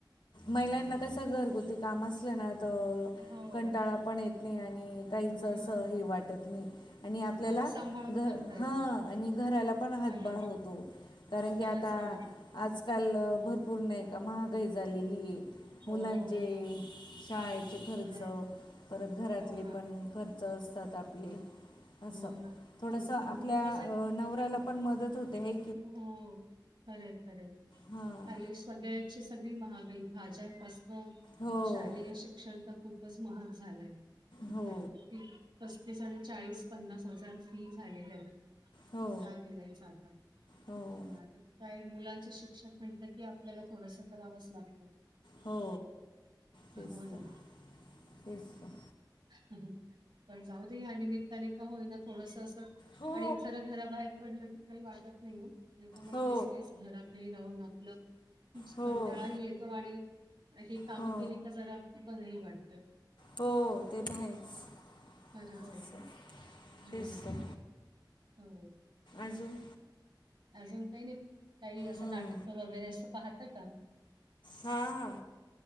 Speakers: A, on the left; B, on the right.
A: महिल्यांना कसं घरगुती काम असलं ना तर
B: हो.
A: कंटाळा पण येत नाही आणि काहीच
B: नाही
A: असं
B: ना.
A: हे वाटत नाही आणि आपल्याला
B: घर सांभाळून
A: घ
B: करता येतं.
A: हां आणि घराला पण हातभार
B: खरंय,
A: होतो, कारण की
B: खरंच
A: आता
B: आहे ना.
A: आजकाल भरपूर नाही का महागाई झालेली आहे
B: हो,
A: मुलांचे शाळेचे खर्च,
B: खरंय.
A: परत घरातले
B: हो ना.
A: पण खर्च असतात आपले,
B: हो,
A: असं थोडंसं
B: भरपूर
A: आपल्या
B: खूपच
A: अ...
B: आहे
A: नवऱ्याला पण मदत होते हे
B: हो खरंय खरंय,
A: हां
B: आलीस. सगळ्याची सगळी महागाई, भाज्यांपासन
A: हो
B: शालेय शिक्षण तर खूप खूपच महाग झालंय. <inaudible>
A: हो
B: पस्तीस आणि चाळीस-पन्नास हजार फी झालेल्या आहेत,
A: हो
B: काय बोलायचं आता?
A: हो.
B: पण आता काय, मुलांचं शिक्षण म्हटलं की आपल्याला थोडसं करावंच लागतं.
A: हो, तेच
B: हो ना.
A: तर, तेच तर.
B: हं हं, पण जाऊ दे या निमित्ताने का होईना थोडस अस आणि
A: हो
B: जरा घरा बाहेर पडलं की काही वाटत नाही ओ नाहीतर मग
A: हो
B: तेच तेच घरात. घरी राहून आपल,
A: हो
B: कंटाळाही येतो आणि हे काम
A: हो
B: केली की जरा बर ही वाटतं.
A: हो ते तर आहेच.
B: खरंच
A: हो अस,
B: आहे.
A: तेच
B: हो ना.
A: तर.
B: हो.
A: अजून
B: अजून काही नाही, काही असं
A: हां
B: नाटक वगैरे असं पाहता का?
A: हा हा.